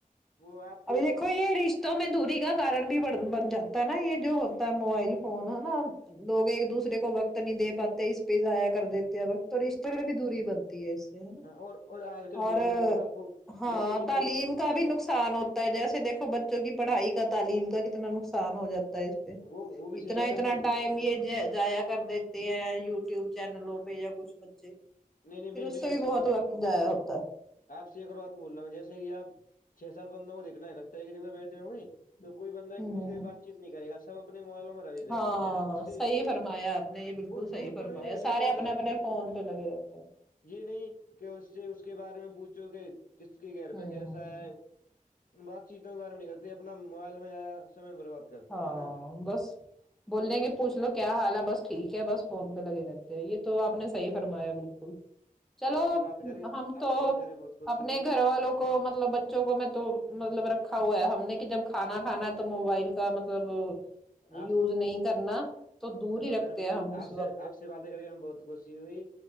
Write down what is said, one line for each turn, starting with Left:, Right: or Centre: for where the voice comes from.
Left: وہ آپ کے
Centre: ابھی دیکو یہ رشت میں دوری گر کارکن بھی بن جاتا ہے نا یہ جو ہوتا ہے موبائل فون ہے نا لوگ ایک دوسرے کو وقت وقت نہیں د پاتتے اس پیز آایا کر دیتے تو رشتےرہ بھی دوری بنتی اس سے نا
Left: اور اور آج کل
Centre: اور
Left: معلوم ہوگا نا آپ کو
Centre: ہاں
Left: جیسے کہ
Centre: تعلیم
Left: دو
Centre: کا بھی نقصان ہوتا ہے جیسے دیکھو بچوں کی پڑھائی کا تعلیم کا کتنا نقصان ہو جاتا اس پہ
Left: وہ وہ بھی صحیح
Centre: اتنا
Left: بات
Centre: اتنا
Left: ہے
Centre: ٹائم یہ زایع کر دیتے ہیں یوٹیوب چینلوں پہ کچھ بچے
Left: نہیں نہیں میری
Centre: پھر اس
Left: میری
Centre: سے
Left: بات
Centre: بھی
Left: سنو
Centre: بہت
Left: آپ
Centre: وقت جایا ہوتا ہے
Left: آپ سے ایک اور بات بول رہا ہ جیسے کہ آپھ سات بندوں کو دیکھنا ہے اکٹھا ایک جگہ بیٹھے ہوں گے تو کوئی بندہ ایک
Centre: ہ
Left: دوسرے سے بات چیت نہیں کرےا سب اپنے موبیلوں میں رہے رہیں
Centre: ہاں
Left: گے ہے نا اس سے
Centre: صحیح فرمایا آپ نے یہ بالکل
Left: وہ
Centre: صحیح
Left: دور
Centre: فرمایا
Left: پر بھی محسوس
Centre: سارے
Left: ہوتا
Centre: اپنے
Left: ہے
Centre: اپنے فون پے لگے رہتے ہیں
Left: یہ نہیں کہ اس سے اس کے بارے میں پوچھو کہ کس کے گھر
Centre: ہ
Left: پہ کیسا ہے بات چیت تو کے بارے میں نہیں کرتے اپنا موبائل میں سامیے برباد کرتے
Centre: ہاں
Left: ہیں نا
Centre: بس بول دیں گے پوچھ لو کیا حال ہے بس ٹھیک ہے بس فون پہ لگے رہتے ہیں یہ تو آپ نے صحیح فرمایا بالکل چلو
Left: آپ سے بات کر کے
Centre: ہم
Left: آپ
Centre: تو
Left: سے بات کر کے بہت خوشی
Centre: اپنے
Left: ہوئی
Centre: گھر والوں کو کو مطلب بچوں کو میں تو مطلب رکھا ہوا ہے ہم نے کہ جب کھانا کھانا ہے تو موبائل کا مطلب
Left: آپ
Centre: یوز
Left: سے
Centre: نہیں کرنا تو دور
Left: ہلو
Centre: ہی رکھتے
Left: میڈم
Centre: ہیں
Left: جی
Centre: ہم اس
Left: آپ سے
Centre: وقت
Left: آپ سے باتیں کر کے ہم بہت خوشی ہوئی